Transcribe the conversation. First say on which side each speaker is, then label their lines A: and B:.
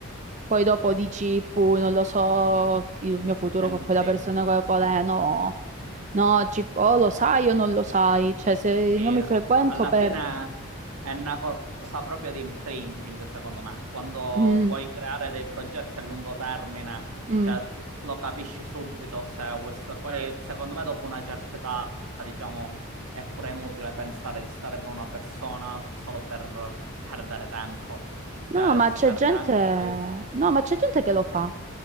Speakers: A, on the right; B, on the right.
A: poi dopo dici, puh, non lo so, chi- il mio futuro
B: Nel-
A: con quella
B: sì,
A: persona
B: eh.
A: qual, qual è, no, no, ci- o lo sai o non lo sai, cioè se io
B: E eh,
A: mi frequento
B: alla
A: per...
B: fine è una cosa proprio di imprinting, secondo me. Quando
A: Mm,
B: vuoi creare dei progetti a lungo termine,
A: mm.
B: cioè, lo capisci subito se questa... Poi, secondo me, dopo una certa età, diciamo, è pure inutile pensare di stare con una persona solo per perdere tempo. Cioè,
A: No, ma
B: si
A: c'è
B: perde
A: gente...
B: anche di... eh,
A: No, ma c'è gente che lo fa